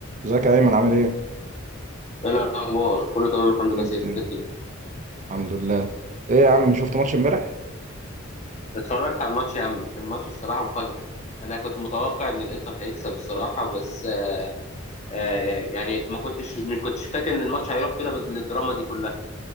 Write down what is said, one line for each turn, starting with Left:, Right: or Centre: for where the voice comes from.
Right: ازيك يا ايمن عامل ايه؟
Left: ايه الاخبار كله تمام الحمد لله
Right: جدا
Left: سيف انت الدنيا
Right: الحمد لله ايه يا عم شفت ماتش امبارح؟
Left: اتفرجت على الماتش يا عم كان ماتش الصراحه مفاجاه انا كنت متوقع ان الانتر هيكسب الصراحه بس آه يعني ما كنتش مش كنتش فاكر ان الماتش هيروح بينا بالدراما دي كلها